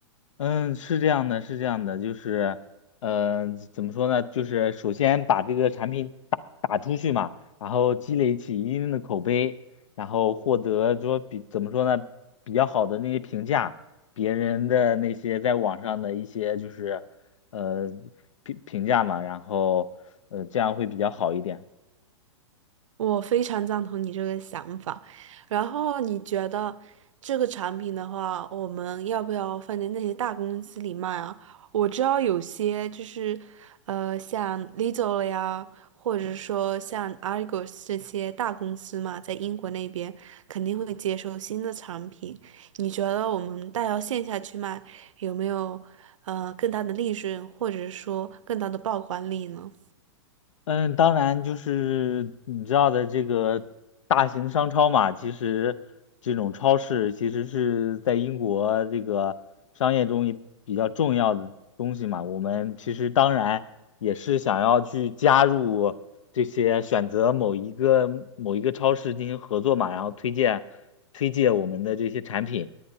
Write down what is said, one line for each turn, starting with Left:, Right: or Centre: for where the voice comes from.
Left: 嗯，是这样的，是这样的，就是，嗯、怎么说呢？就是首先把这个产品打打出去嘛，然后积累起一定的口碑，然后获得说比怎么说呢，比较好的那些评价，别人的那些在网上的一些就是，呃，评评价嘛，然后，呃，这样会比较好一点。
Right: 我非常赞同你这个想法，然后你觉得这个产品的话，我们要不要放在那些大公司里卖啊？我知道有些就是，呃，像 Lidl 了呀，或者说像 Argos 这些大公司嘛，在英国那边肯定会接受新的产品。你觉得我们带到线下去卖，有没有呃更大的利润，或者说更大的曝光率呢？
Left: 嗯，当然就是你知道的这个大型商超嘛，其实这种超市其实是在英国这个商业中也比较重要的东西嘛。我们其实当然也是想要去加入这些选择某一个某一个超市进行合作嘛，然后推荐推荐我们的这些产品。